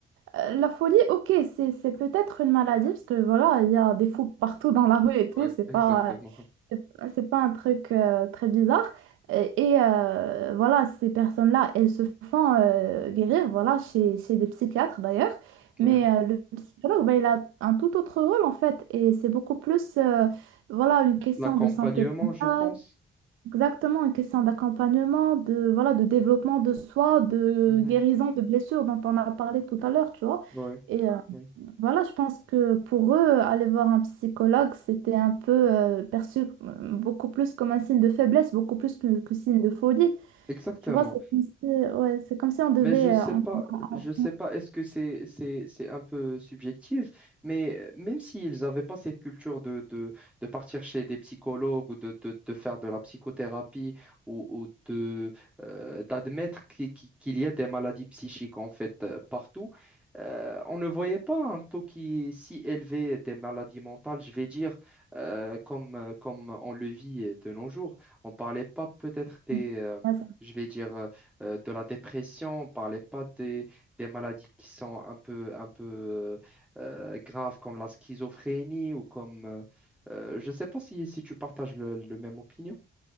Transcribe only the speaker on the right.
euh, la folie, ok, c'est c'est peut-être une maladie, parce que voilà, il y a des fous partout dans la rue et tout,
c'est pas,
euh, c'est c'est pas un truc euh, très bizarre. Et, et, euh, voilà, ces personnes-là, elles se font euh, guérir, voilà, chez, chez des psychiatres d'ailleurs,
mais euh, le psychologue, ben, il a un tout autre rôle en fait, et c'est beaucoup plus, euh, voilà, une question
de santé mentale.
Exactement, une question d'accompagnement, de, voilà, de développement de soi, de
guérison de blessures dont on a parlé tout à l'heure, tu vois.
Et euh,
voilà, je pense que pour eux, aller voir un psychologue, c'était un peu euh, perçu euh, beaucoup plus comme un signe de faiblesse, beaucoup plus que, que signe de folie.
Tu vois, c'est comme si, ouais, c'est comme si on devait...
euh, en-
en-
en-
ouais,